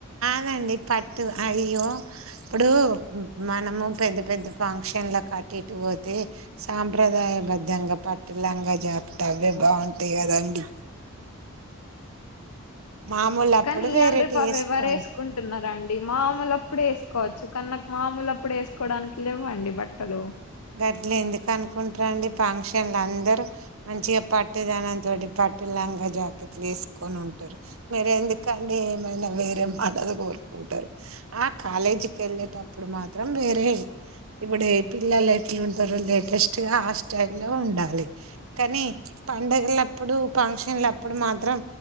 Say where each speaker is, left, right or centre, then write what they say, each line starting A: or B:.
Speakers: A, on the right; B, on the left.
A: కాదండి పట్టు అయ్యో ఇప్పుడు మనము పెద్ద పెద్ద ఫంక్షన్లు కు అట్టు ఇటు పోతే సాంప్రదాయ బద్ధంగా పట్టు లంగా జాకెట్టు అవే బాగుంటాయి కదండి మామూలు అప్పుడు
B: కానీ ఇయాల
A: వేరేటి
B: రేపు అవి
A: వేసుకోవాలి
B: ఎవరు వేసుకుంటున్నార అండి మాములు అప్పుడు వేసుకోవచ్చు కాని నాకు మాముూలు అప్పుడు వేసుకోవడానికి లేవు అండి బట్టలు
A: గట్ల ఎందుకు అనుకుంటరుండి ఫంక్షన్లు అందరు మంచిగా పట్టుదనంతోటి పట్టు లాంగా జాకెట్లు వేసుకొని ఉంటరు మీరు ఎందుకండి ఏమైనా వేరే మోడల్ కోరుకుంటారు ఆ కాలేజీకి వెళ్ళేటప్పుడు మాత్రం వేరే ఇప్పుడు ఏ పిల్లల ఎట్లు ఉంటరు లేటెస్టుగా ఆ స్టై లో ఉండాలి కానీ పండగలప్పుడు ఫంక్షన్ల అప్పుడు మాత్రం